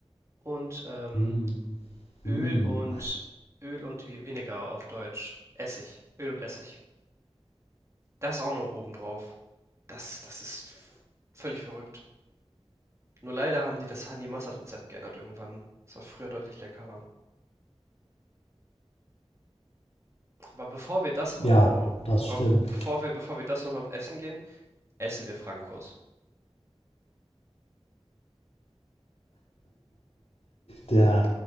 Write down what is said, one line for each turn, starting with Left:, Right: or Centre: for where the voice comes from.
Right: und ähm,
Left: Mm.
Right: Öl
Left: Mm.
Right: und Öl und Vi- Vinegar auf Deutsch. Essig. Öl und Essig. Das auch noch oben drauf. Das, das ist f- völlig verrückt. Nur leider haben die das Honey Mustard Rezept geändert irgendwann. Das war früher deutlich leckerer. Aber bevor wir das
Left: Ja,
Right: machen, Mo,
Left: das
Right: aber
Left: stimmt.
Right: bevor wir, bevor wir das nochmal essen gehen, essen wir Frankos.
Left: Der,